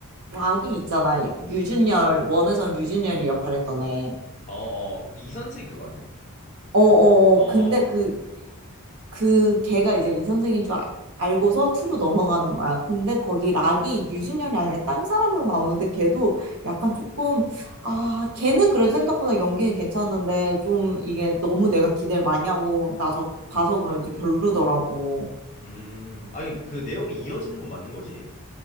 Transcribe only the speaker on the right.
락이 있잖아. 유준열 원에선 유준열이 역할했던 애.
어어
근데 그 그 걔가 이제 이 선생인 줄 알- 알고서 투로 넘어가는 거야. 근데 거기 락이 유진열이 아니라 딴 사람으로 나오는데 걔도 약간 조금 아
걔는 그래도 생각보다 연기는 괜찮았는데 좀 이게 너무 내가 기대를 많이 하고 나서 봐서 그런지 별로더라고.